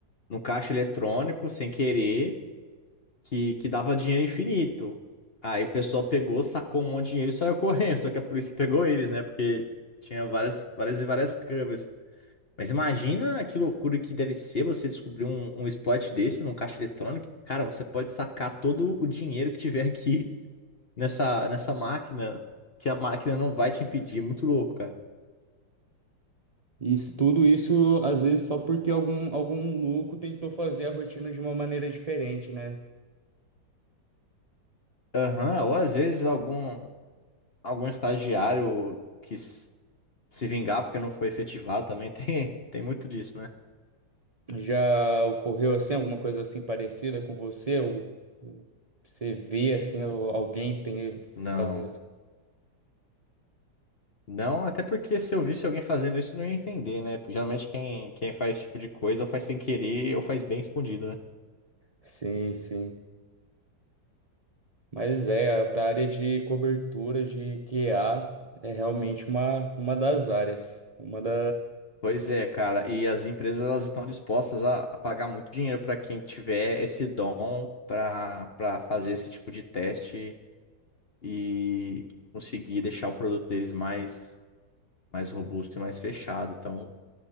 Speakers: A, on the left; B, on the right.
A: num caixa eletrônico sem querer que, que dava dinheiro infinito. Aí o pessoal pegou, sacou um monte de dinheiro e saiu <laughs> correndo, só que a polícia pegou eles, né? Porque tinha várias, várias e várias câmeras. Mas imagina que loucura que deve ser você descobrir um, um exploit desse num caixa eletrônico. Cara, você pode sacar todo o dinheiro que tiver aqui nessa, nessa máquina que a máquina não vai te impedir. É Muito louco, cara.
B: Isso, tudo isso, às vezes, só porque algum, algum louco tentou fazer a rotina de uma maneira diferente, né?
A: Aham, ou às vezes algum, algum estagiário quis se vingar porque não foi efetivado também. <laughs> Tem, tem muito disso, né?
B: Já ocorreu assim, alguma coisa assim parecida com você? Ou, ou você vê assim, ou alguém tem
A: Não.
B: fazer assim?
A: Não, até porque se eu visse alguém fazendo isso, eu não ia entender, né? Geralmente quem, quem faz esse tipo de coisa faz sem querer ou faz bem escondido, né?
B: Sim, sim. Mas é, a área de cobertura de QA é realmente uma, uma das áreas. Uma da.
A: Pois é, cara. E as empresas elas estão dispostas a a pagar muito dinheiro para quem tiver esse dom para para fazer esse tipo de teste e conseguir deixar o produto deles mais, mais robusto e mais fechado. Então,